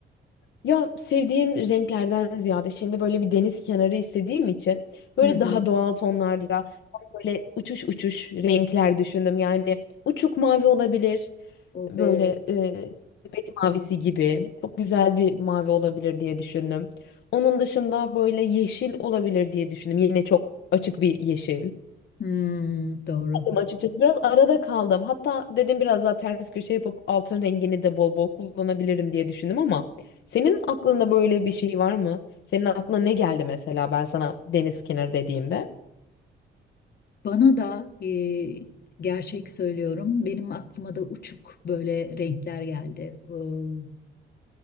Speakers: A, on the left (about 70°); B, on the left (about 50°).
A: Ya sevdiğim renklerden ziyade şimdi böyle bir deniz kenarı istediğim için böyle
B: Hı hı.
A: daha doğal tonlarda böyle uçuş uçuş renkler düşündüm. Yani uçuk mavi olabilir.
B: Evet.
A: Böyle e, bebek mavisi gibi çok güzel bir mavi olabilir diye düşündüm. Onun dışında böyle yeşil olabilir diye düşündüm. Yine çok açık bir yeşil
B: Hmm, doğru.
A: açıkçası. Biraz arada kaldım. Hatta dedim biraz daha ters köşe yapıp altın rengini de bol bol kullanabilirim diye düşündüm ama senin aklında böyle bir şey var mı? Senin aklına ne geldi mesela ben sana deniz kenarı dediğimde?
B: Bana da e, gerçek söylüyorum. Benim aklıma da uçuk böyle renkler geldi. Ee,